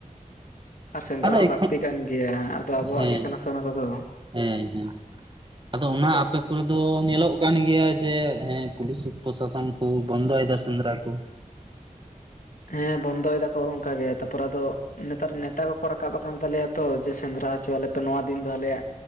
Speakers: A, on the left; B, on the right.
A: ᱟᱨ ᱥᱮᱸᱫᱽᱨᱟ
B: ᱟᱫᱚ
A: ᱦᱚᱸ
B: ᱮᱠᱷᱚᱱ
A: ᱞᱟᱹᱠᱛᱤ ᱠᱟᱱ ᱜᱮᱭᱟ ᱟᱫᱚ ᱟᱵᱚᱣᱟᱜ
B: ᱦᱮᱸ
A: ᱜᱮ ᱠᱟᱱᱟ ᱥᱮ ᱚᱱᱟ ᱠᱚᱫᱚ।
B: ᱦᱮᱸ ᱦᱮᱸ। ᱟᱫᱚ ᱚᱱᱟ ᱟᱯᱮ ᱠᱚᱨᱮ ᱫᱚ ᱧᱮᱞᱚᱜ ᱠᱟᱱ ᱜᱮᱭᱟ ᱡᱮ ᱦᱮᱸ ᱯᱩᱞᱤᱥ ᱯᱨᱚᱥᱟᱥᱚᱱ ᱠᱩ ᱵᱚᱱᱫᱚᱭᱮᱫᱟ ᱥᱮᱸᱫᱽᱨᱟ ᱠᱚ।
A: ᱦᱮᱸ ᱵᱚᱱᱫᱚᱭᱮᱫᱟ ᱠᱚ ᱚᱝᱠᱟ ᱜᱮ ᱛᱟᱯᱚᱨᱮ ᱟᱫᱚ ᱱᱮᱛᱟᱨ ᱱᱮᱛᱟ ᱠᱚᱠᱚ ᱨᱟᱠᱟᱵ ᱟᱠᱟᱱ ᱛᱟᱞᱮᱭᱟ ᱛᱚ ᱡᱮ ᱥᱮᱸᱫᱽᱨᱟ ᱦᱚᱪᱚ ᱣᱟᱞᱮᱯᱮ ᱱᱚᱣᱟ ᱫᱤᱱ ᱫᱚ ᱟᱞᱮᱭᱟᱜ